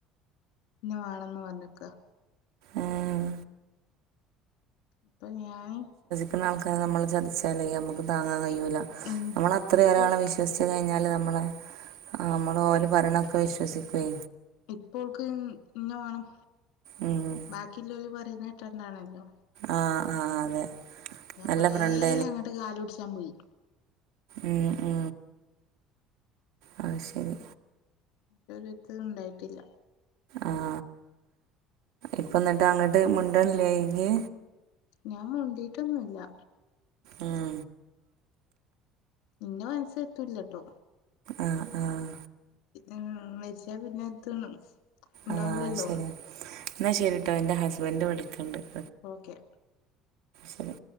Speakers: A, on the left; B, on the right.
A: ന്നെ വേണന്ന് പറഞ്ഞ്ക്കാ
B: ആഹ്
A: അപ്പൊ ഞൻ
B: ുന്ന ആൾക്കർ നമ്മള് ചതിച്ചാല നുക്ക് താങ്ങൻ കഴിയൂല്ല
A: ഉം
B: നമ്മ അത്ര
A: ഇപ്പൊ
B: ഒരാളെ വിശ്വസിച്ച കി കാല് നമ്മളെ നമ്മള് ഓര് ഭരണൊക്കെ വിശ്വസിക്കുവെ
A: ഇപ്പോൾക്ക് ഇന്ന വേണം
B: ഉം.
A: ബാക്കില്ലലി പറയുന്ന ട്രന്താണല്ലോ
B: ആ ആ അതെ
A: ഞാൻ
B: നല്ല
A: കൊറെ
B: ഫ്രണ്ട്
A: അങ്ങോട്ട് കാല പിടിച്ചാൻ പോയി
B: ഉ ഉ അത് ശരി
A: മറ്റത്ത ഉണ്ടായിട്ടില്ല
B: ആഹ ഇപ്പ എന്നിട്ട് അങ്ങോട്ട് മുണ്ടണല്ല ഇയ്യ്?
A: ഞാൻ മുണ്ടീട്ടൊന്നുമില്ല.
B: ആഹ
A: ഇന്ന മനസ്സ എത്തൂലട്ടോ.
B: ആഹ ആഹ
A: ഉ വച്ച പിന്നെത് ഉണ്ടാവൂലല്ലോ
B: ആ ശരി എന്നാൽ ശരിട്ടോ എൻ്റെ ഹസ്ബൻഡ് വിളിക്കുന്നുണ്ട്.
A: ഓക്കെ
B: ശരി